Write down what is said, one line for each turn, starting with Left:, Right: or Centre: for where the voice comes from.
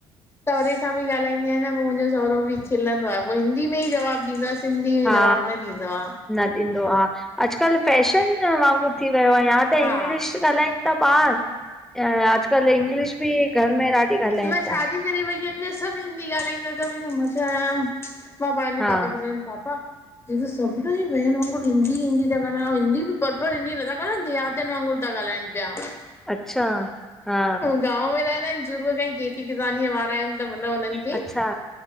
Left: सहुरे सां बि ॻाल्हाईंदी आहियां न पोइ मुंहिंजो सहुरो बि खिलंदो आहे पोइ हिंदी में ई जवाब ॾींदों आ। सिंधी में
Centre: हा
Left: जवाब न ॾींदो आ।
Centre: न ॾींदो आ। अॼुकल्ह फैशन वांगुरु थी वियो आहे या त
Left: हा
Centre: इंग्लिश ॻाल्हाइन ॿार अॼुकल्ह इंगलिश बि घर में। ॾाढी ॻाल्हाइनि
Left: मां शादी
Centre: था
Left: करे वेई हुयंदस सभ हिंदी ॻाल्हाईंदा सभ हेॾो मज़ा आयम मां पहिंजे
Centre: हा
Left: पापा खे चयुम पापा जीअं त सभिनी जी भयन वांगुरु हिंदी- हिंदी था ॻाल्हानि ऐं हिंदी बि पर्फेक्ट हिंदी नथा ॻाल्हानि दया कतनि वांगुरु था ॻ्हाइनि पिया।
Centre: अच्छा हा।
Left: गांव में रहंदा आहिन शुरूअ खां ई खेती किसानीअ वारा आहिन त मतिलब हुननि
Centre: अच्छा